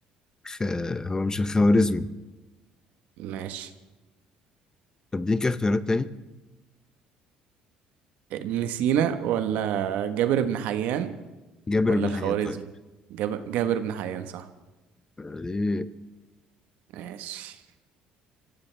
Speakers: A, on the left; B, on the right.
A: خ... هو مش الخوارزمي
B: ماشي
A: طب دي كده اختيارات تاني
B: ابن سينا ولا جابر بن حيان
A: جابر
B: ولا
A: بن
B: الخوارزمي
A: حيان طيب
B: جاب... جابر بن حيان صح
A: آه ليه
B: ماشي